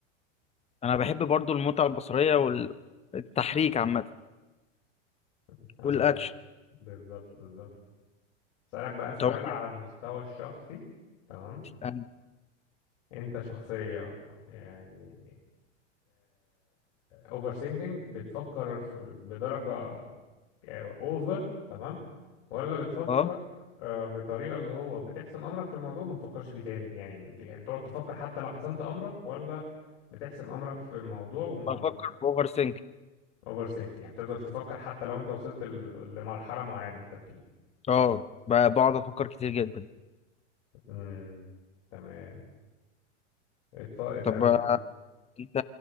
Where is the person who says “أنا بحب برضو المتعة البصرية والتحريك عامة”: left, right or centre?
Left